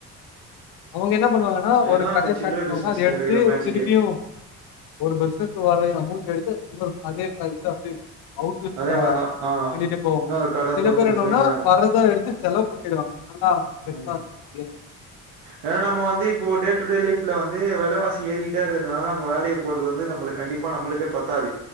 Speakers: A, on the left; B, on the right.
A: அவுங்க என்ன பண்ணுவாங்கன்னா
B: அதுதா
A: ஒரு கடைய்
B: அந்த
A: ஸ்டார்
B: சில்ற
A: பண்வாங்க
B: பிசினஸ்ல
A: அத எட்த்து
B: இருக்கிற மேஜிக்கே
A: திருப்பியு ஒரு பிஸ்கட்கு வாரயிர் அமோண்ட் எடுத்து அத் இன்னொரு அகேன் இது அப்டி அவுக்ளிப்சா
B: அதே மாரிதா ஆ
A: பண்ணிட்டு போ
B: இன்னொரு கட
A: சில
B: தொறந்துட்டு
A: பேர் என்னோன்னா
B: போய் நேரோ
A: வரதா எடுத்து செலவ் பண்ணிடுவாங்க அதனால்தா பெர்சா
B: ம்
A: தெரியா
B: ஏன்னா நம்ம வந்து இப்போ டே டு டே லைப்ல வந்து வெலவாசி ஏறிகிட்டே இருக்கற்துனால நம்ம வேலக்கி போறது வந்து நம்மளுக்கு கண்டிப்பா நம்மளுக்கே பத்தாது